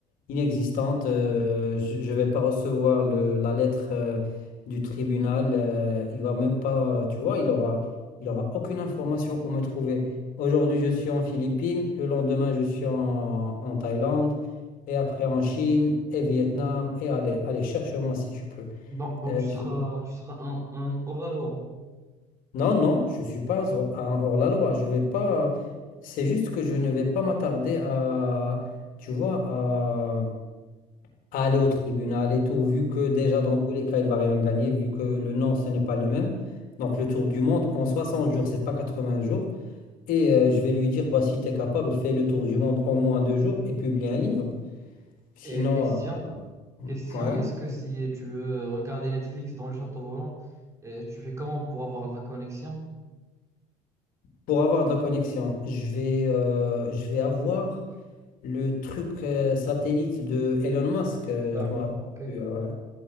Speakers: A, on the left; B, on the right.
A: inexistante. euh, je, je vais pas recevoir le, la lettre euh, du tribunal. euh, il va même pas, tu vois, il aura, il aura aucune information où me trouver. Aujourd'hui, je suis en Philippines. Le lendemain, je suis en, en Thaïlande. Et après en Chine et Vietnam. Et allez, allez, cherche-moi si tu peux.
B: donc, donc
A: Euh,
B: tu seras,
A: je-
B: tu seras un, un hors la loi.
A: Non, non, je ne suis pas hors- un hors-la-loi. Je vais pas. C'est juste que je ne vais pas m'attarder à, tu vois, à, à aller au tribunal et tout, vu que
B: Ok.
A: déjà dans tous les cas, il va rien gagner, vu que le nom, ce n'est pas le même. Donc le tour du monde en 60 jours, c'est pas 80 jours. Et euh, je vais lui dire, bah, si tu es capable, fais le tour du monde en moins deux jours et publie un livre. Sinon,
B: Et question,
A: euh,
B: question,
A: Ouais.
B: est-ce que si tu veux regarder Netflix dans le château volant, euh, tu fais comment pour avoir de la connexion?
A: pour avoir de la connexion, je vais, euh, je vais avoir. le truc euh, satellite de Elon Musk, euh,
B: D'accord,
A: je me rappelle
B: ok,
A: plus. euh, voilà.